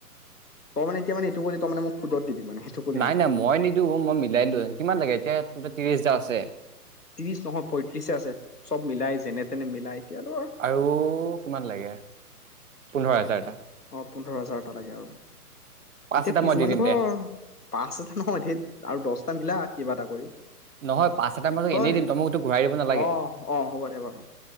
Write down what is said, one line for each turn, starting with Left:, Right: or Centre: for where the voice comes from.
Left: তই মানে এতিয়া মানে এইটো কৰিলি তই মানে মোক সুদত দিবি মানে সেইটো কৰিলি
Right: নাই
Left: নেকি
Right: নাই মই নিদিো মই মিলাই লো কিমান লাগে এতিয়া ত্ৰিশ হাজাৰ আছে
Left: ত্ৰিশ নহয় পয়ত্ৰিশে আছে চব মিলাই যেনে তেনে মিলাই এতিয়া ধৰ
Right: আৰু কিমান লাগে পোন্ধৰ হাজাৰটা
Left: অঁ পোন্ধৰ হাজাৰটা লাগে আৰু
Right: পাঁচ
Left: এতিয়া
Right: এটা
Left: কিছুমানে
Right: মই দি দিম
Left: ধৰ
Right: দে
Left: পাঁচ এটা নহয় ত আৰু দহটা মিলা কিবা এটা কৰি
Right: নহয় পাঁচ এটাৰ মাজত
Left: তই
Right: এনেই দিম তমোকতো ঘূৰাই দিব নালাগে
Left: অ অ হ'ব দে বাৰু